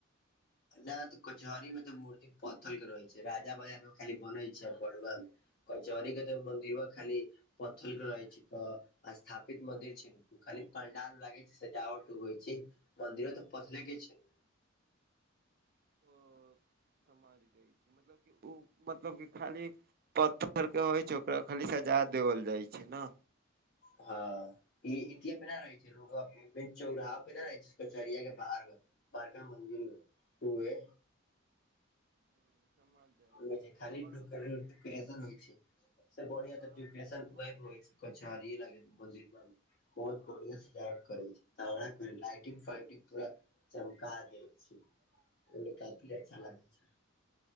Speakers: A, on the left; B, on the right.
A: नहि तऽ कचहरी में तऽ मूर्ति पत्थल के रहै छै, राजा बाजार मे खाली बनै छै बरुआ मे। कचहरी के मन्दिरबा खाली पथरके रहै छै तऽ ओ स्थापित मन्दिर छै न। खाली पंडाल लागे छै सजावट होइ छै मंन्दिरो तऽ पथले के छै।
B: ओ समझ गइल, मतलब कि ओ मतलब की खाली पत्थर के होइ छै ओकरा खाली सजा देवल जाइ छै ने।
A: हँ ई अथिये पे ना रहै छै। ओकरा मे फेर चौराहा पे न रहे कचहरिया के बाहर बड़का मन्दिर मे। उहे।
B: हूँ समझ जाइ
A: हो
B: छी
A: खाली
B: आओर
A: डन
B: बताउ
A: होइ से बढ़िया
B: अहाँ
A: तऽ डन
B: घूमे
A: उ होइ
B: जाइ
A: छै <unintelligible> कचहरी लागे मन्दिरमे। बहुत बढ़िआ से करै छै, फाइटिंग फाइटिंग पूरा चमका दै छै ओ काफी अच्छा लगै छै।